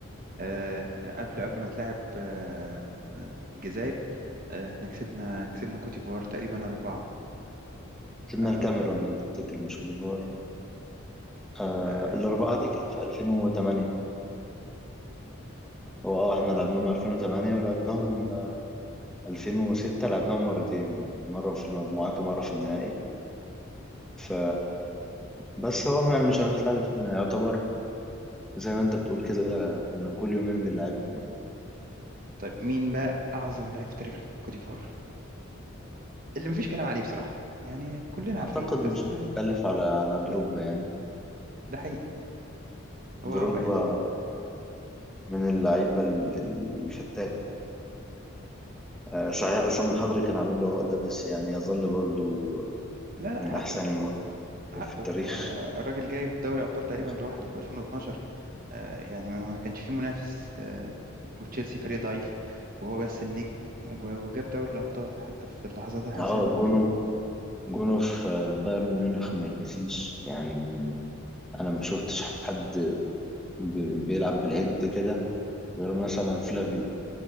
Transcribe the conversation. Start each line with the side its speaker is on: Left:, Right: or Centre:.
Right: آه، قبل قبل ما تلاعب آه، آه، الجزائر آه، احنا كسبنا كسبنا كوت ديفوار تقريبا أربعة
Centre: كسبنا
Right: آه،
Centre: الكاميرون لو تفتكر مش كوت ديفوار آه،
Right: أم،
Centre: الأربعة دي كانت في 2008 هو اه احنا لعبناهم 2008 ولعبناهم 2006 لعبناهم مرتين مرة في المجموعات ومرة في النهائي ف بس هو ما- مش هنختلف احنا يعتبر زي ما انت بتقول كده كنا كل يومين بنلعبهم يعني
Right: طيب مين بقى أعظم لعيب في تاريخ كوت ديفوار اللي مفيش كلام عليه بصراحة يعني كلنا عارفين
Centre: اعتقد مش
Right: بس
Centre: هنختلف
Right: آه،
Centre: على على دروجبا يعني
Right: ده حقيقي هو
Centre: دروجبا
Right: هو يعني-
Centre: من اللعيبة ال- ال- الفتاك آه، صحيح عصام الحضري كان عامل له عقدة بس يعني يظل برضو
Right: لا لا
Centre: من
Right: حقه
Centre: احسن المواقف
Right: حقه
Centre: في التاريخ
Right: آه، الراجل جايب دوري أبطال
Centre: في تاريخ
Right: تقريبا لوحده
Centre: افريقيا
Right: في 2012 آه، يعني ما ما كانش فيه منافس آه، وتشيلسي فريق ضعيف وهو بس النجم و- وجاب دوري الأبطال حتى في اللحظات الحاسمة
Centre: اه جونه جونه في بايرن ميونخ ما يتنسيش يعني انا ما شفتش حد ب- بيلعب بالهيد كده غير مثلا فلافيو